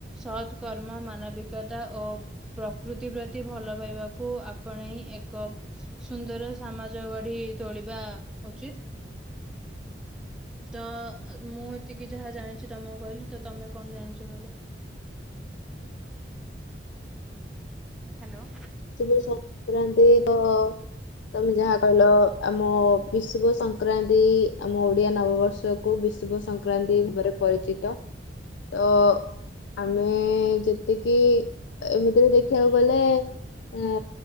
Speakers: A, in the centre; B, on the left.
A: ସତ୍କର୍ମ ମାନବିକତା ଓ ପ୍ରକୃତି ପ୍ରତି ଭଲ ପାଇବାକୁ ଆପଣେଇ ଏକ ସୁନ୍ଦର ସାମାଜ ଗଢି ତୋଳିବା ଉଚିତ। ତ ମୁଁ ଏତିକି ଯାହା ଜାଣିଛି ତମକୁ କହିଲି। ତ ତମେ କଣ ଜାଣିଛ କହିଲ? ହ୍ୟାଲୋ।
B: ସୁବ ସଂକ୍ରାନ୍ତି ତ ତମେ ଯାହା କହିଲ ଆମ ବିଶ୍ୱ ସଂକ୍ରାନ୍ତି ଆମ ଓଡିଆ ନବବର୍ଷ। କୁ ବିଶୁବ ସଂକ୍ରାନ୍ତି ଭାବରେ ପରିଚିତ। ତ ଆମେ ଯେତିକି ଏମିତିରେ ଦେଖିବାକୁ ଗଲେ ଏ